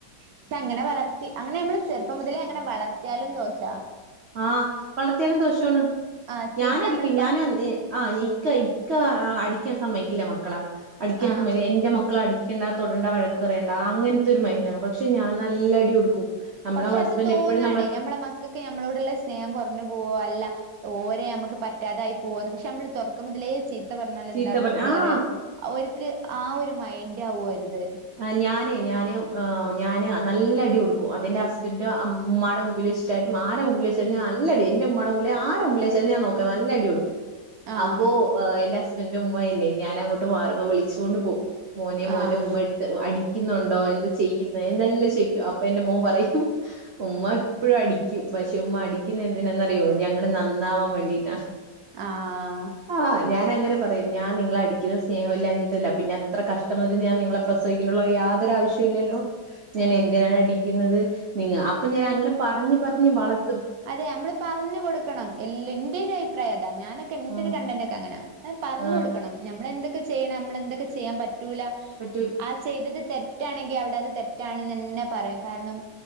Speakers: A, on the right (about 65°); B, on the right (about 80°).
A: പക്ഷെ അങ്ങനെ വളർത്തി അങ്ങനെ നമ്മള് ചെറുപ്പം മുതലേ അങ്ങനെ വളർത്തിയാലും ദോശ
B: ആഹ് വളർത്തിയാലും ദോഷാണ്
A: ആഹ്
B: ഞാനടിക്കും
A: ചീത്ത നമ്മള്
B: ഞാനന്ന്
A: പ
B: ഏ ആ ഇക്ക ഇക്ക അടിക്കാൻ സമ്മയിക്കില്ല മക്കളെ അടിക്കാൻ
A: ആഹ്
B: സമ്മ എന്റെ മക്കള അടി ടിക്കണ്ട തൊടണ്ട വഴക്കുപറയണ്ട അങ്ങനത്തൊരു മൈൻഡാണ് പക്ഷെ ഞാൻ നല്ല അടി കൊടുക്കും നമ്മളെ
A: പക്ഷെ
B: ഹസ്ബൻഡ്
A: അത് തോന്നാണ്
B: എപ്പോഴും നമ്മളെ
A: ഞമ്മളെ മക്കക്ക് ഞമ്മളോടുള്ള സ്നേഹം കുറഞ്ഞു പോവോ അല്ല ഓരെ നമ്മക്ക് പറ്റാതായി പോവോന്ന് പക്ഷെ നമ്മള് തുടക്കം മുതലേ ചീത്ത പറഞ്ഞാല്
B: ചീത്ത
A: എന്താ
B: പറ
A: ഇത്
B: ആഹ്
A: അറിയോ ഓരിക്ക് ആ ഒരു മൈൻഡ് ആകു ഓരത്
B: ആ ഞാനേ ഞാന് ഞാന് നല്ല അടി കൊടുക്കും അതെന്റെ ഹസ്ബൻഡ് ഉമ്മാ ടെ മുമ്പിലെച്ചി യിട്ടും ആരെ മുമ്പിലച്ചാലും നല്ല അടി എന്റുമ്മടെ മുമ്പി ആരെ മുമ്പിലെച്ചാലും ഞാ നോക്കാ നല്ല അടി കൊടുക്കും
A: ആഹ്
B: അപ്പൊ എന്റെ ഹസ്ബന്റുമ്മ ഇല്ലേ ഞാന ങ്ങോട്ട് മാറുമ്പ വിളിച്ചോണ്ട് പോവും മോനെ മോന്റുമ്മ
A: ആഹ്
B: അ അടിക്കുന്നുണ്ടോ എന്ത് ചെയ്യുന്നെഎല്ലം ചോയിക്കും അപ്പൊ എന്റെ മോൻ പറയും ഉമ്മ എപ്പഴും അടിക്കും പക്ഷെ ഉമ്മ അടിക്കുന്ന എന്തിനാന്നറിയോ ഞങ്ങള് നന്നാവാൻ വേണ്ടിട്ടാണ് <unintelligible>
A: ആഹ്
B: ആഹ് ഞാനങ്ങെനെ പറയും ഞാൻ നിങ്ങളെ അടിക്കുന്ന സ്നേഹമില്ലാ ഞ്ഞിട്ടല്ല പിന്നെ അത്ര കഷ്ടം വന്നിട്ട് ഞാൻ നിങ്ങളെ പ്രസവിക്കനുള്ള യാതൊരു ആവശ്യോം ഇല്ലല്ലോ ഞാൻ
A: ആഹ്
B: എന്തിനാണ് അടിക്കുന്നത് നിങ്ങ അപ്പൊ ഞാൻ അങ്ങനെ പറഞ്ഞ് പറഞ്ഞ് വളത്തും
A: അതെ നമ്മള് പറഞ്ഞു കൊടുക്കണം എല്ലു ന്റെ ഒരു അഭിപ്രായ താ ഞാനൊക്കെ എന്റെ
B: ആഹ്
A: ഒരു കണ്ടന്റൊക്കെ അങ്ങന പറഞ്ഞ്
B: ആഹ്
A: കൊടുക്കണം നമ്മള് എന്തൊക്കെ ചെയ്യണം നമ്മള് എന്തൊക്കെ ചെയ്യാൻ പറ്റൂല
B: പറ്റു
A: ആ ചെയ്തത് തെറ്റാണെങ്കി അവിടെ അത് തെറ്റാണന്നന്നെ പറയും കാരണം